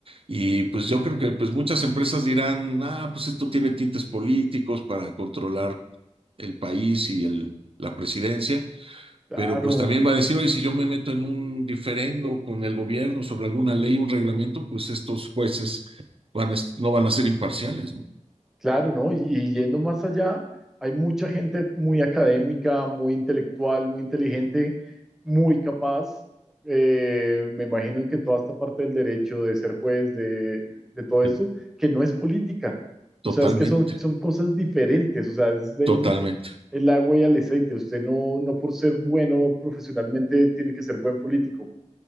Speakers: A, on the right; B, in the centre.
A: Y pues yo creo que pues muchas empresas dirán, ah, pues esto tiene tintes políticos para controlar el país y el, la presidencia,
B: Claro,
A: pero pues también va a decir, oye, si yo me meto en un diferendo con el gobierno sobre alguna ley, un reglamento, pues estos jueces van a est- no van a ser imparciales, ¿no?
B: Claro, ¿no? Y, y yendo más allá, hay mucha gente muy académica, muy intelectual, muy inteligente, muy capaz. Eh, me imagino que toda esta parte del derecho, de ser juez, de, de todo
A: Sí.
B: esto, que no es política.
A: Totalmente,
B: O sea, es que son, son cosas diferentes. O sea, es del
A: totalmente.
B: el agua y el aceite. Usted no, no por ser bueno profesionalmente tiene que ser buen político.